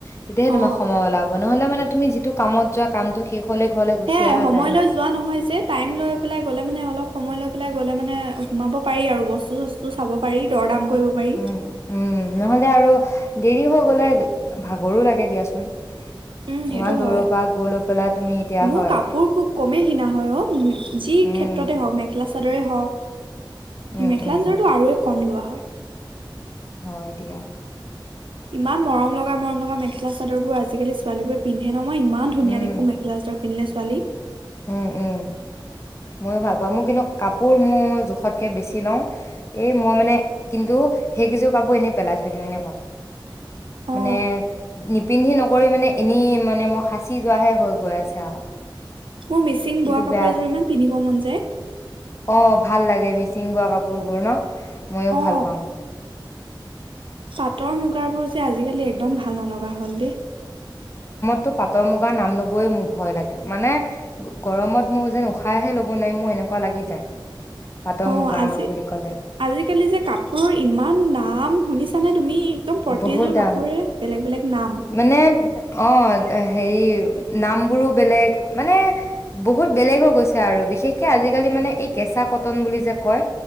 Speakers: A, on the left (about 35°); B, on the right (about 85°).
A: তেতিয়াহে
B: অ
A: তোমাক সময় ওলাব নহ'লে মানে তুমি যিটো কামত যোৱা কামটো শেষ হ'লে ঘৰলে গুচি
B: সে
A: আহা
B: সময়
A: যায় ন।
B: লৈ যোৱা নহয় যে টাইম লৈ পেলাই গলে মানে অলপ সময় লৈ পেলাই গলে মানে সোমাব পাৰি, আৰু বস্তু-চস্তু চাব পাৰি দৰ দাম কৰিব পাৰি
A: উম-উম নহলে আৰু দেৰি হৈ গ'লে ভাগৰো লাগে দিয়াচোন
B: উম, সেইটো
A: ইমান দূৰৰ
B: হয়।
A: পৰা গৈ লৈ পেলাই তুমি এতিয়া
B: মোৰ
A: হয়,
B: কাপোৰ খুব কমেই কিনা হয় অ', উ যি
A: উম,
B: ক্ষেত্ৰতে হওঁক মেখেলা চ চাদৰে হওক।
A: উম,
B: মেখেলা
A: উম,
B: চাদৰতো আৰু কম লোৱা হয়।
A: হয় দিয়া।
B: ইমান মৰম লগা, মৰম লগা, মেখেলা চাদৰ বোৰ, আজিকালি ছোৱালী বোৰে পিন্ধে ন। মই ইমান ধুনীয়া
A: উম,
B: দেখো মেখেলা চাদৰ পিন্ধীলে ছোৱালীক।
A: উম, উম, ময়ো ভাল পাওঁ, মোৰ কিন্তু কাপোৰ মোৰ জোখতকে বেছি লওঁ। এই মই মানে কিন্তু সেইকেইযোৰ কাপোৰ এনেই পেলাই থৈ দিওঁ, এনেকুৱা
B: অ
A: মানে নিপিন্ধি নকৰি মানে এনেই মানে মই সাঁচি যোৱাহে হৈ গৈ আছে আৰু।
B: মোৰ মিচিং
A: সেইটো
B: বোৱা কাপোৰ
A: বেয়া
B: এযোৰ ইমান পিন্ধিব মন যায়।
A: অ' ভাল লাগে মিচিং বোৱা কাপোৰবোৰ ন' মইয়ো
B: অ
A: ভাল পাওঁ।
B: পাটৰ মুগাৰ বোৰ যে আজিকালি একদম ভাল নলগা হল দেই।
A: তো পাটৰ মুগাৰ নাম লবয় মোৰ ভয় লাগে, মানে গৰমত মোৰ যেন উশাহহে ল'ব নোৱাৰি মোৰ এনেকুৱা লাগি যায়। পাটৰ
B: অ'
A: মুগাৰ
B: আজি
A: বুলি ক'লে
B: আজিকালি যে কাপোৰৰ ইমান নাম শুনিছে? তুমি একদম প্ৰতিযোৰ
A: বহুত দাম
B: কাপোৰে বেলেগ বেলেগ নাম।
A: মানে অ হেৰি নামবোৰো বেলেগ মানে বহুত বেলেগ হৈ গৈছে আৰু বিশেষকে আজিকালি মানে এই কেঁচা কটন বুলি যে কয়। কয়